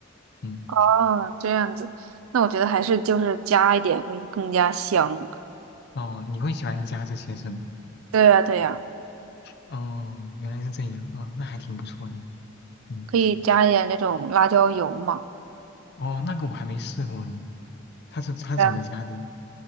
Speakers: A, on the left (about 55°); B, on the right (about 85°).
A: 嗯。
B: 啊，这样子，那我觉得还是就是加一点会更加香。
A: 哦，你会喜欢加这些是吗？
B: 对呀对呀，
A: 哦，原来是这样啊，那还挺不错的，嗯。
B: 可以加一点那种辣椒油嘛。
A: 哦，那个我还没试过呢。他是他怎么加的呀？
B: 对啊